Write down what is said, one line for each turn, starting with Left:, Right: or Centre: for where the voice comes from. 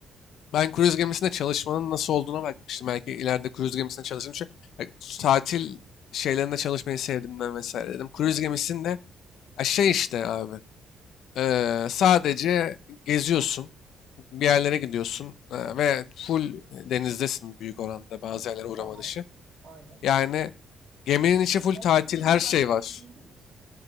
Left: Ben kruz gemisinde çalışmanın nasıl olduğuna bakmıştım. Belki ileride kruz gemisinde çalışırım. Çünkü e, tatil şeylerinde çalışmayı sevdiğimden vesaire dedim. Kruz
Right: Aha,
Left: gemisinde ya şey işte abi. Eee, sadece geziyorsun, bir yerlere gidiyorsun eee, ve full denizdesin büyük oranda bazı yerlere uğrama
Right: tamam.
Left: dışı.
Right: Aynen.
Left: Yani geminin içi full
Right: Otelin
Left: tatil,
Right: deniz
Left: her şey
Right: versiyonu
Left: var.
Right: gibi diyebilir miyiz?